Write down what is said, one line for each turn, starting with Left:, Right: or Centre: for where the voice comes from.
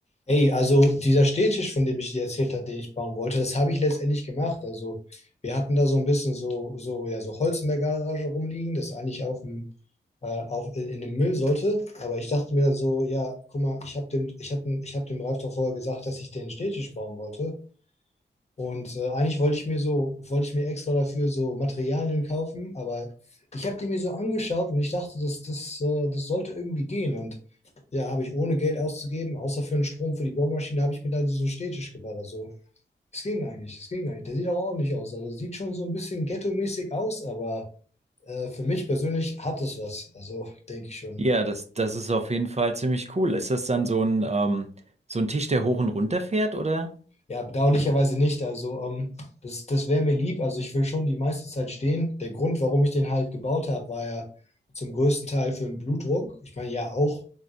Left: Ey, also dieser Stehtisch, von dem ich dir erzählt habe, den ich bauen wollte, das habe ich letztendlich gemacht. Also wir hatten da so ein bisschen so, so, ja, so Holz in der Garage rumliegen, das eigentlich auf dem, äh, auf, in, in dem Müll sollte. Aber ich dachte mir dann so, ja, guck mal, ich habe dem, ich habe, ich habe dem Ralf doch vorher gesagt, dass ich den Stehtisch bauen wollte. Und äh, eigentlich wollte ich mir so, wollte ich mir extra dafür so Materialien kaufen, aber ich habe die mir so angeschaut und ich dachte, das, das, äh, das sollte irgendwie gehen. Und ja, habe ich ohne Geld auszugeben, außer für den Strom für die Bohrmaschine, habe ich mir dann diesen Stehtisch gebaut. Also, es ging eigentlich, es ging eigentlich. Der sieht auch ordentlich aus. Also, sieht schon so ein bisschen ghetto-mäßig aus, aber äh, für mich persönlich hat es was. Also, denke ich schon.
Right: Ja, das, das ist auf jeden Fall ziemlich cool. Ist das dann so ein, ähm, so ein Tisch, der hoch und runter fährt, oder?
Left: Ja, bedauerlicherweise nicht. Also, ähm, das, das wäre mir lieb. Also, ich will schon die meiste Zeit stehen. Der Grund, warum ich den halt gebaut habe, war ja zum größten Teil für den Blutdruck. Ich meine, ja, auch